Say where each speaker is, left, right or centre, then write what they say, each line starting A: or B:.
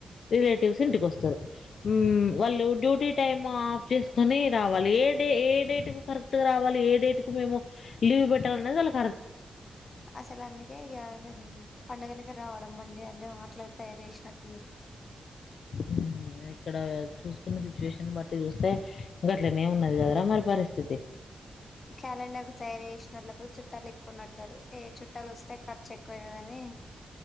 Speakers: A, on the left; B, on the left.
A: రిలేటివ్స్ ఇంటికొస్తారు మ్మ్ వాళ్ళు డ్యూటీ టైమ్ ఆఫ్ చేసుకొని రావాలి ఏ డే ఏ డేట్ కు కరెక్ట్ గా రావాలి ఏ డేట్ కు మేము లీవ్ పెట్టాలి అన్నది వాళ్ళ
B: అసలు అందుకే ఇక మరి పండుగలకి రావడం అండి <unintelligible> ట్రై చేసినట్టుగా
A: హ్మ్ ఇక్కడ చూసుకున్నది సుషన్ బట్టి చూస్తే గట్లనే ఉన్నది కదరా మరి పరిస్థితి
B: క్యాలెండర్ కు తయారు చేసినలకు చుట్టాలు ఎక్కున్నారు ఏ చుట బట్టలు వస్తే ఖర్చు ఎక్కువయదని